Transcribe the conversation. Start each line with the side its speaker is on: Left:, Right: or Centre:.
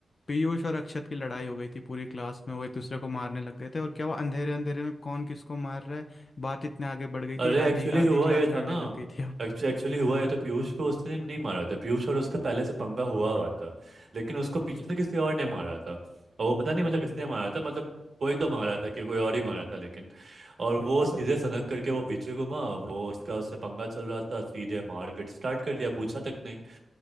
Left: पीयूष और अक्षत की लड़ाई हो गई थी पूरी क्लास में वो एक दूसरे को मारने लग गए थे और क्या वो अंधेरे अंधेरे में कौन किसको मार रहा है बात इतने आगे बढ़ गई
Right: अरे
Left: थी
Right: एक्चुअली
Left: आधी आधी
Right: हुआ
Left: क्लास
Right: ये
Left: लड़ने
Right: था ना
Left: लग गई थी
Right: एक्चुअली हुआ ये तो पीयूष को उसने नहीं मारा था पीयूष और उसका पहले से पंगा हुआ हुआ था लेकिन उसको पीछे से किसी और ने मारा था और वो पता नहीं मतलब किसने मारा था मतलब कोई तो मारा था कि कोई और ही मारा था लेकिन और वो सीधे सनक करके वो पीछे घुमा वो उसका उससे पंगा चल रहा था सीधे मारपीट स्टार्ट कर दिया पूछा तक नहीं